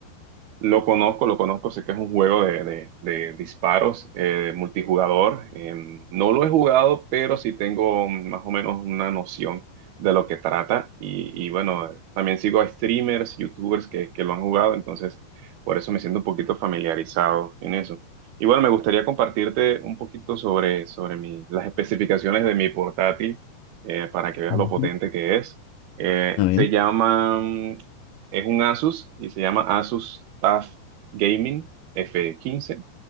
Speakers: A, on the right (about 70°); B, on the left (about 75°).
A: Lo conozco, lo conozco, sé que es un juego de, de- de disparos eh, multijugador. Em, no lo he jugado, pero sí tengo más o menos una noción de lo que trata. Y, y bueno, también sigo a streamers, youtubers que, que lo han jugado, entonces por eso me siento un poquito familiarizado en eso. Y bueno, me gustaría compartirte un poquito sobre, sobre mi- las especificaciones de mi portátil eh, para que veas
B: Ujú.
A: lo potente que es. Eh,
B: A ver.
A: se llama es un Asus y se llama Asus TUF Gaming F15.